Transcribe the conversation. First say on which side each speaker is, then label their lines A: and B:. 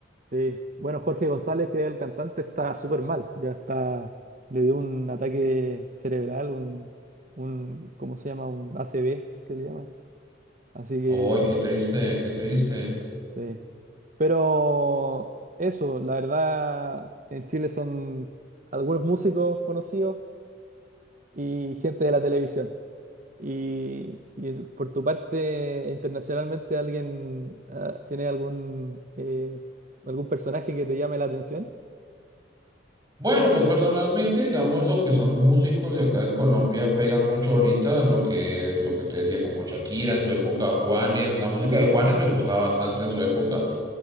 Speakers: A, on the right; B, on the right.
A: Sí, bueno, Jorge González, que es el cantante, está súper mal, ya está, le dio un ataque cerebral, un, un, ¿cómo se llama? Un ACV, que le llaman. Así que,
B: Ay, qué triste, qué triste.
A: sí. Pero eso, la verdad, en Chile son algunos músicos conocidos y gente de la televisión. Y, y por tu parte, internacionalmente, ¿alguien ah, tiene algún, eh, algún personaje que te llame la atención?
B: Bueno, pues personalmente, digamos, lo que son músicos de acá de Colombia pegan mucho ahorita, lo que, lo que te decía, como Shakira en su época, Juanes, la música
A: Sí,
B: de Juanes me gustaba bastante en su época.